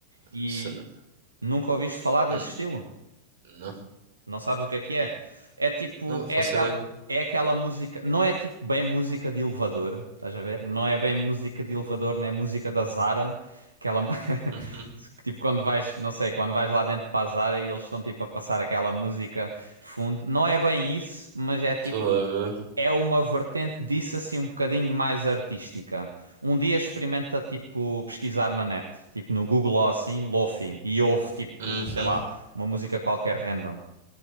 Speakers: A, on the right; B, on the right.
A: E
B: Sério?
A: nunca ouviste falar desse
B: Hum,
A: estilo?
B: não,
A: Não sabes o que é que é? É tipo.
B: não, não faço
A: É aquela.
B: ideia.
A: É aquela música, não é tipo bem música de elevador, estás a ver? Não é bem música de elevador, nem música da Zara, aquela <laughs>
B: Uhum,
A: que, tipo quando vais, não sei, quando vais lá dentro para a Zara e eles estão tipo a passar aquela música de fundo. Não é bem isso, mas é tipo
B: Estou a ver.
A: é uma vertente disso assim um bocadinho mais artística. Um dia experimenta tipo pesquisar na net, tipo no Google ou assim, Lofi, e ouve tipo,
B: Uhum.
A: sei lá, uma música qualquer random.